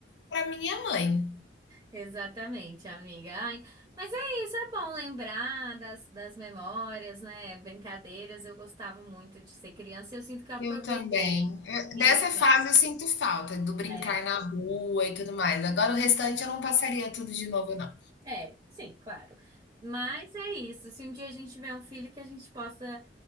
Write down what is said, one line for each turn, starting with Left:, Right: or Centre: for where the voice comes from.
Left: para minha mãe.
Right: Exatamente, amiga. Ai, mas é isso, é bom lembrar das, das memórias, né? Brincadeiras. Eu gostava muito de ser criança e eu sinto que eu aproveitei.
Left: Eu também. Eu-
Right: Sim,
Left: Dessa fase eu sinto falta, do brincar
Right: é,
Left: na rua e tudo mais. Agora o restante eu não passaria tudo de novo, não.
Right: é, sim, claro. Mas é isso. Se um dia a gente tiver um filho, que a gente possa